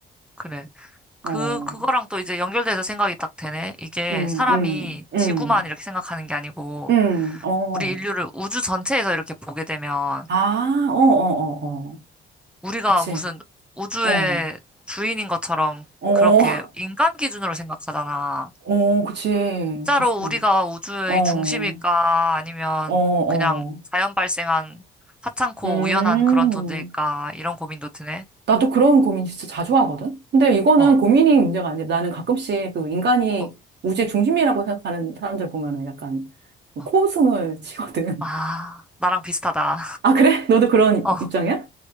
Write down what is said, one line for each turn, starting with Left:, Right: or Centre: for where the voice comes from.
Centre: 그래.
Right: 어,
Centre: 그, 그거랑 또 이제 연결돼서 생각이 딱 되네. 이게
Right: 음,
Centre: 사람이
Right: 음, 음,
Centre: 지구만 이렇게 생각하는 게 아니고,
Right: 음, 어.
Centre: 우리 인류를 우주 전체에서 이렇게 보게 되면,
Right: 아, 어, 어, 어, 어.
Centre: 우리가
Right: 그치.
Centre: 무슨 우주의
Right: 어,
Centre: 주인인 것처럼
Right: 어,
Centre: 그렇게 인간
Right: <laughs>
Centre: 기준으로 생각하잖아.
Right: 어, 그치.
Centre: 진짜로
Right: 그치.
Centre: 우리가 우주의
Right: 어,
Centre: 중심일까? 아니면
Right: 어, 어.
Centre: 그냥 자연 발생한 하찮고
Right: 음.
Centre: 우연한 그런 존재일까? 이런 고민도 드네.
Right: 나도 그런 고민 진짜 자주 하거든? 근데 이거는
Centre: 어,
Right: 고민이 문제가 아니라 나는 가끔씩 그 인간이
Centre: 어,
Right: 우주의 중심이라고 생각하는 사람들 보면은 약간
Centre: 어.
Right: 코웃음을 치거든.
Centre: 아, 나랑 비슷하다.
Right: <laughs> 아, 그래? 너도 그런
Centre: <laughs>
Right: 입장이야?